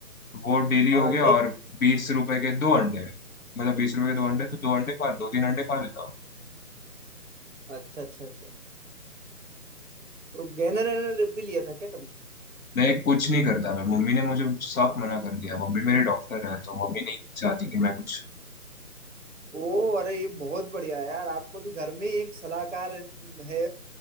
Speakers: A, on the left; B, on the right.
A: वो डेली
B: और
A: हो
B: अंडे
A: गया और बीस रुपए के दो अंडे मतलब बीस रुपए के दो अंडे तो दो अंडे खा दो तीन अंडे खा लेता हूँ
B: अच्छा अच्छा अच्छा वो गहना रहना रिप भी लिया था क्या कभी
A: मैं कुछ नहीं करता मैं मम्मी ने मुझे साफ मना कर दिया मम्मी मेरी डॉक्टर है तो मम्मी नहीं चाहती कि मैं कुछ
B: ओ अरे ये बहुत बढ़िया है यार आपको तो घर में एक सलाहकार है